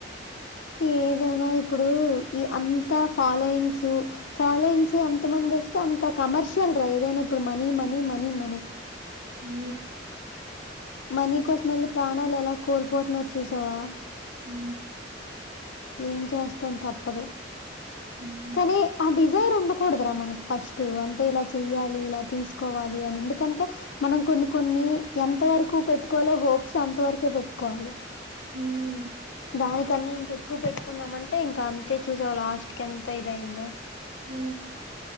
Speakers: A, on the left (about 70°); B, on the right (about 75°).
A: ఏదైనా ఇప్పుడు ఈ అంత ఫాలోయింగ్స్ ఫాలోయింగ్స్ అంత మంది వస్తే అంత కమర్షియల్ రా ఏదైనా ఇప్పుడు మనీ మనీ మనీ మనీ
B: ఉ
A: మనీ కోసం వెల్లి ప్రాణాలు ఎలా కోల్పోతున్నారు చూసావా
B: ఊ
A: ఏం చేస్తాం తప్పదు
B: హ్మ్.
A: కానీ ఆ డి జైర్ ఉండకూడదరా మనకి ఫస్ట్ అంటే ఇలా చెయ్యాలి ఇలా తీసుకోవాలి అని ఎందుకంటే మనం కొన్ని కొన్ని ఎంత వరకు పెట్టుకోవాలో హోప్స్ అంత వరకే పెట్టుకోవాలి
B: హ్మ్.
A: దాని కన్నా ఇంక ఎక్కువ పెట్టుకున్నామంటే ఇంకా తే చూసావ్ లాస్ట్ కెన్త ఇదైంద
B: ఉ